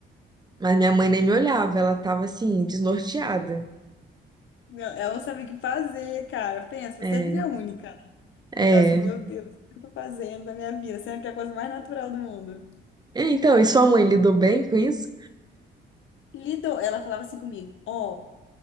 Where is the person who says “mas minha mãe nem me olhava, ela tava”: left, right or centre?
Right